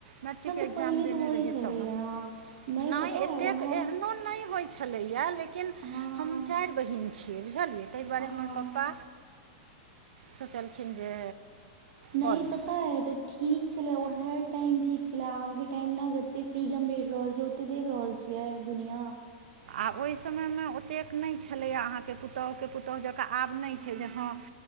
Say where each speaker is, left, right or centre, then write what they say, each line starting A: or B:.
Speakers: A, on the right; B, on the right.
A: मैट्रिक
B: हँ तऽ
A: एग्जाम
B: पहिले
A: देने
B: तऽ होइ
A: रहियै
B: छलैया
A: तहन
B: हँ नहि
A: नय
B: पता
A: एतेक
B: अइ उएह
A: एहनो नय होइ छलैय लेकिन
B: हँ
A: हम चारि बहिन छियै बुझलियै ताहि दुआरे
B: हँ
A: हमर पापा सोचलखिन जे
B: नय
A: कऽ ली
B: पता ह त ठीक छले उहे टाइम ठीक छले आब के टाइम ने जतै फ्रीडम भेट रहल छै ओते देख रहल छी यै दुनिआँ
A: आ ओहि समयमे ओतेक नय छलैए अहाँके पुत पुतहुके पुतहु जकाँ आब नय
B: हूँ
A: छै जे हँ